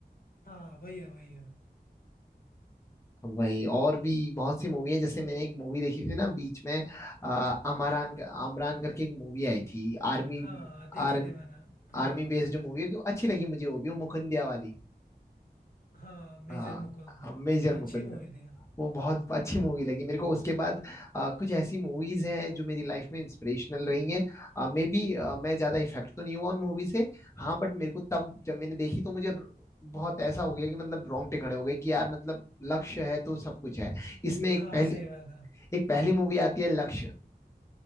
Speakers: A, on the left; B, on the left.
A: हाँ वही है वही है
B: वही और भी बहुत सी मूवी है जैसे मैंने एक मूवी देखी थी ना बीच में अ, अमरान आमरान करके एक मूवी आई थी army
A: हाँ देखे
B: Army
A: थे मैंने हाँ
B: army based movie अच्छी लगी मुझे वो भी वो मुकुंदिया वाली
A: हाँ मेजर
B: हाँ
A: मुकुंद
B: मेजर
A: हाँ
B: मुकुंद
A: अच्छी मूवी थी
B: वो बहुत अच्छी मूवी लगी मेरे को उसके बाद अ, कुछ ऐसी मूवीज हैं जो मेरी लाइफ में इंस्पिरेशनल रही हैं मे बी मैं ज्यादा इफेक्ट तो नहीं हुआ उन मूवी से हाँ बट मेरे को तब जब मैंने देखी तो मुझे बहुत ऐसा हो गया कि मतलब रोंगटे खड़े हो गए कि यार मतलब लक्ष्य है तो सब कुछ है इसमें एक
A: हाँ
B: पहली
A: सही बात है
B: एक पहली मूवी आती है Lakshya